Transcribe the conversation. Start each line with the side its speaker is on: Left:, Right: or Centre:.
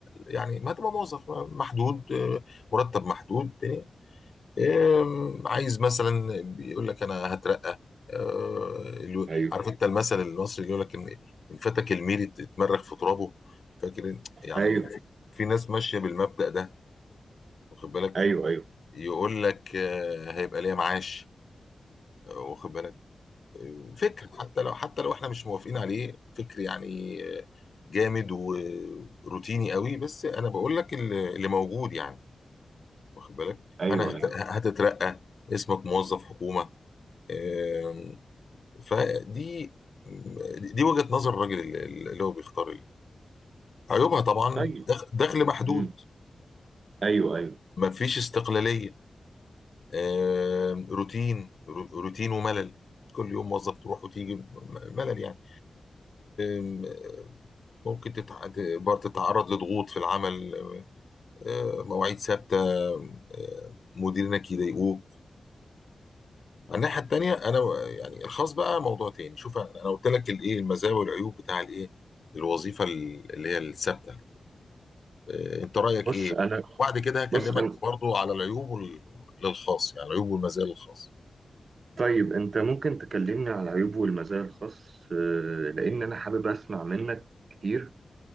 Left: يعني ما هتبقى موظف محدود آه، مرتب محدود إيه، عايز مثلا بيقول لك انا هترقى آه، اللي-
Right: ايوه
Left: عارف انت المثل المصري اللي يقول لك ان ان فاتك الميري اتمرغ في ترابه فاكر انت؟ يعني
Right: ايوه
Left: في في ناس ماشيه بالمبدأ ده واخد بالك
Right: ايوه ايوه
Left: يقول لك آه، هيبقى ليا معاش آه، واخد بالك آه، فكر حتى لو حتى لو احنا مش موافقين عليه فكر يعني آه، جامد وروتيني قوي بس انا بقول لك اللي اللي موجود يعني واخد بالك
Right: ايوه
Left: انا هت-
Right: ايوه ايوه
Left: هتترقى اسمك موظف حكومه آم، فدي دي وجهة نظر الراجل اللي اللي هو بيختار ال- عيوبها طبعا
Right: ايوه
Left: دخ- دخل محدود
Right: امم ايوه ايوه
Left: مفيش استقلالية آم، روتين رو- روتين وملل كل يوم موظف تروح وتيجي م- ملل يعني آم، ممكن تتع- تقدر تتعرض لضغوط في العمل آه، مواعيد ثابتة آه، مديرينك يضايقوك الناحيه التانيه انا و- يعني الخاص بقى موضوع تاني شوف انا أنا قلت لك الايه المزايا والعيوب بتاع الايه الوظيفه ال- اللي هي الثابته آه، انت رايك
Right: بص
Left: ايه
Right: انا
Left: وبعد كده هكلمك
Right: بص انا
Left: برضو على العيوب وال- للخاص يعني العيوب والمزايا للخاص
Right: طيب انت ممكن تكلمني على العيوب والمزايا الخاص آه، لان انا حابب اسمع منك كتير